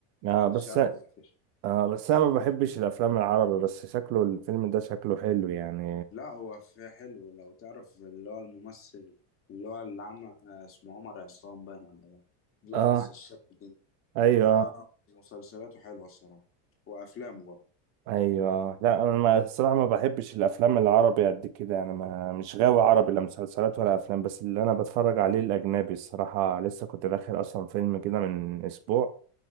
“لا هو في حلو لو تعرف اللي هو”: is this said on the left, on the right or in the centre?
Left